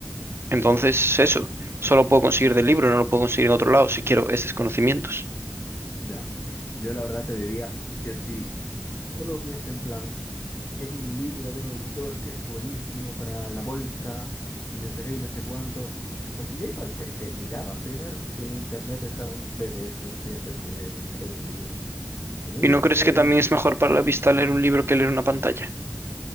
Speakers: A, on the right; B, on the left.
A: Entonces, eso, solo puedo conseguir del libro, no lo puedo conseguir en otro lado si quiero esos conocimientos.
B: ya. Yo la verdad te diría que si solo hubiese en plan, si hay un libro de un autor que es buenísimo para la bolsa y no sé qué y no sé cuánto, pues yo igual te, te miraba primero si en internet estaba un PDF o así antes que ve- leer un libro. A mí,
A: ¿Y no
B: a
A: crees
B: mí
A: que
B: el,
A: también es mejor para la vista leer un libro que leer una pantalla?